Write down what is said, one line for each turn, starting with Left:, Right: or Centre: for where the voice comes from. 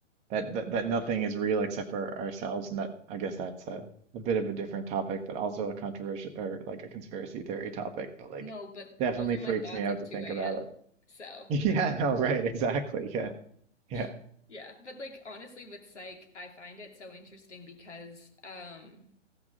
Right: that, that that nothing is real except for ourselves, and that I guess that's a, a bit of a different topic, but also a controversial or like a conspiracy theory topic. But like,
Left: No, but
Right: definitely
Left: those are
Right: freaks
Left: my thoughts
Right: me out
Left: at
Right: to
Left: 2
Right: think about
Left: a.m.
Right: it.
Left: So,
Right: <laughs> Yeah, no, right, exactly. Yeah, yeah.
Left: <laughs> yeah. But like honestly with psych, I find it so interesting because um